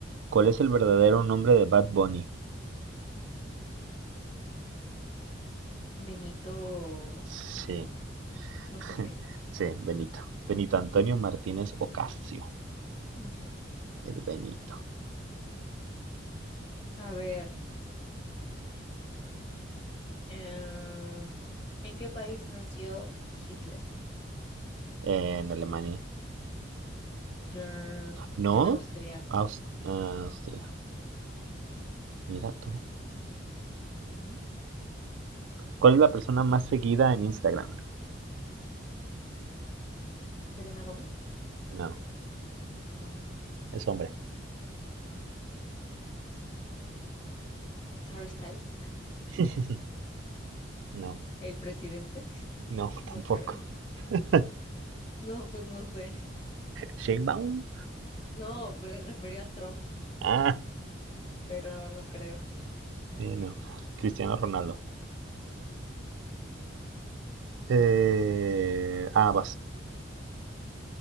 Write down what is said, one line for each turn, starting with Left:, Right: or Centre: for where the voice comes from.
Right: ¿Cuál es el verdadero nombre de Bad Bunny?
Left: Benito,
Right: Sí,
Left: no
Right: <laughs>
Left: sé qué.
Right: sí, Benito. Benito Antonio Martínez Ocasio.
Left: Ujú.
Right: El Benito.
Left: A ver, em, ¿en qué país nació Hitler?
Right: Eh, en Alemania.
Left: Trrr,
Right: ¿No?
Left: En Austria.
Right: Aus- ah, Austria. Mira tú.
Left: Ujú.
Right: ¿Cuál es la persona más seguida en Instagram?
Left: ¿Selena Gómez?
Right: No,
Left: Um,
Right: es hombre.
Left: ¿Harry Styles? <laughs>
Right: <laughs> No,
Left: ¿El presidente? <laughs>
Right: no,
Left: No
Right: tampoco.
Left: creo.
Right: <laughs>
Left: No, pues no sé.
Right: Shane Baum.
Left: No, me refería a Trump,
Right: Ah,
Left: pero no creo.
Right: eh, no. Cristiano Ronaldo. Eh, ah, vas.